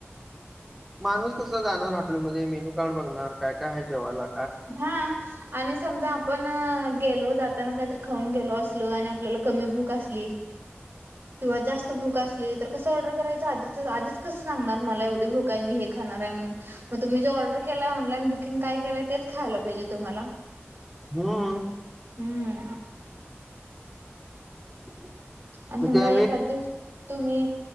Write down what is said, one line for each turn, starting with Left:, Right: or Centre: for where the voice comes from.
Centre: माणूस कस जाणार हॉटेलमध्ये मेनू कार्ड बघणार काय काय आहे जेवाला
Right: हा आणि समजा आपण गेलो जाताना काही तरी खाऊन गेलो असलो आणि आपला कमी भूक असली किंवा जास्त भूक असली तर कस ऑर्डर करायच आधीच आधीच कस सांगणार मला एवढी भूक आहे मी हे खाणार आहे म्हणून मग तुम्ही जे ऑर्डर केलाय ऑनलाईन बुकिंग काय केलय ते खायला पाहिजे तुम्हाला
Centre: हम्म.
Right: हम्म
Centre: <unintelligible>
Right: आणि
Centre: मग
Right: समजा
Centre: ते आम्ही
Right: एखाद दिवशी तुम्ही